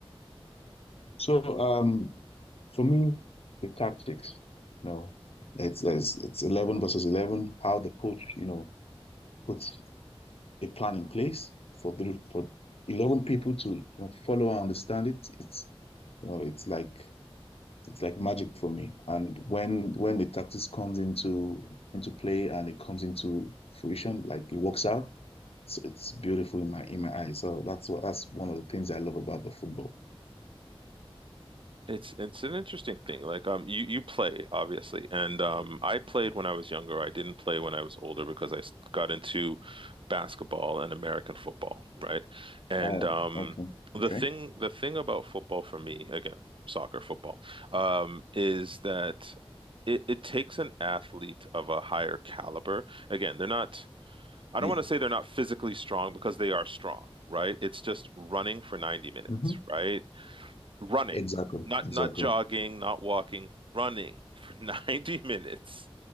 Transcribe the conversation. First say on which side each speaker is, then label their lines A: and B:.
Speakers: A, on the left; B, on the right.
A: So, um, for me, the tactics, you know, it's, it's it's 11 versus 11, how the coach, you know, puts a plan in place for the, for 11 people to you know, follow and understand it it's you know it's like it's like magic for me and when when the tactics comes into into play and it comes into fruition like it works out it's, it's beautiful in my in my eyes so that's what that's one of the things i love about the football
B: It's it's an interesting thing. Like um you you play obviously and um I played when I was younger. I didn't play when I was older because I s- got into basketball and American football, right? And
A: Oh,
B: um
A: okay.
B: the
A: Okay.
B: thing the thing about football for me, again, soccer, football, um is that it it takes an athlete of a higher caliber. Again, they're not I
A: Yeah.
B: don't want to say they're not physically strong because they are strong, right? It's just running for 90 minutes,
A: Mhm.
B: right? running,
A: exactly
B: not
A: exactly
B: not jogging, not walking, running for <laughs> 90 minutes,